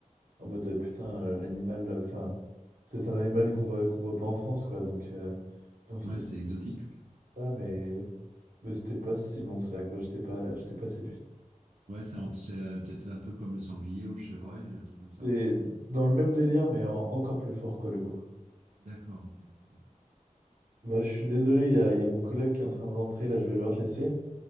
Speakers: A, on the right; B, on the right.
A: en mode euh, putain, euh, l'animal. euh, Enfin, c'est c'est un animal qu'on voit, qu'on voit pas en France, quoi. Donc, euh, donc c'était
B: ouais, c'est
A: stylé
B: exotique.
A: pour ça, Ça, mais, mais c'était pas si bon que ça, quoi. J'étais pas, j'étais pas séduit.
B: Ouais, c'est en- c'est, euh, peut-être un peu comme le sanglier ou le chevreuil, un truc comme
A: C'est
B: ça.
A: dans le même délire, mais en- encore plus fort, quoi, le goût.
B: D'accord, ok. Ouais,
A: Bah, je suis désolé, il y a, il y a mon collègue qui est en train de rentrer, là, je vais devoir te laisser.